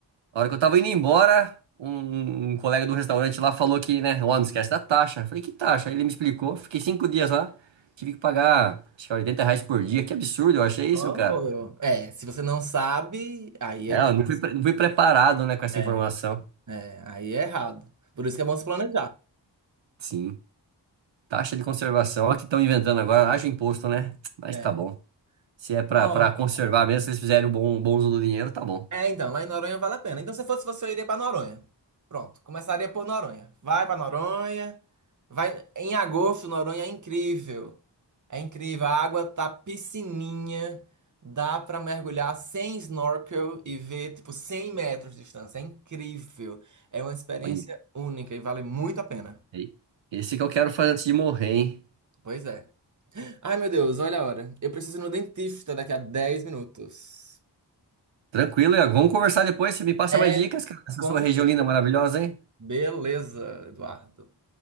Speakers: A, on the right; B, on the right.
A: A hora que eu tava indo embora, um, um colega do restaurante lá falou que, né, ó, não esquece da taxa. Eu Falei, que taxa? Aí ele me explicou. Fiquei cinco dias lá, tive que pagar, acho que 80 reais por dia. Que absurdo, eu achei isso,
B: Oh,
A: cara.
B: é, se você não sabe, aí
A: É,
B: é difícil.
A: eu não fui, pre- não fui preparado, né, com essa
B: É,
A: informação.
B: é, aí é errado. Por isso que é bom se planejar.
A: Sim, taxa de conservação. Olha o que estão inventando agora, acha imposto, né? Mas
B: É.
A: tá bom. Se é pra,
B: Ó,
A: pra conservar mesmo, se eles fizerem um bom, bom uso do dinheiro, tá bom.
B: é, então, lá em Noronha vale a pena. Então, se fosse você, eu iria pra Noronha. Pronto, começaria por Noronha. Vai pra Noronha. Vai em agosto, Noronha é incrível. É incrível, a água tá piscininha, dá pra mergulhar sem snorkel e ver tipo 100 metros de distância. É incrível. É uma experiência
A: Olha,
B: única e vale muito a pena.
A: aí. Esse que eu quero fazer antes de morrer, hein?
B: Pois é. Ai, meu Deus, olha a hora. Eu preciso ir no dentista daqui a 10 minutos.
A: Tranquilo, Iago. Vamos conversar depois. Você me passa
B: É,
A: mais dicas, cara, dessa
B: com
A: sua
B: certeza.
A: região linda, maravilhosa, hein?
B: Beleza, Eduardo.